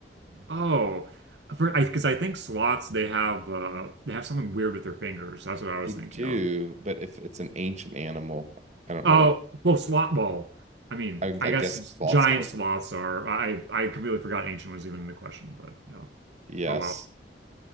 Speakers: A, on the right (about 80°); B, on the right (about 40°).
A: oh, for I because I think sloths they have uh they have something weird with their fingers. That's what I was
B: They do,
A: thinking of.
B: but if it's an ancient animal, I don't
A: Oh,
B: know.
A: well, sloth. Well, I mean,
B: I,
A: I
B: I
A: guess
B: guess sloths
A: giant
B: are.
A: sloths are. I I completely forgot ancient was even in the question, but no.
B: Yes.
A: Oh well.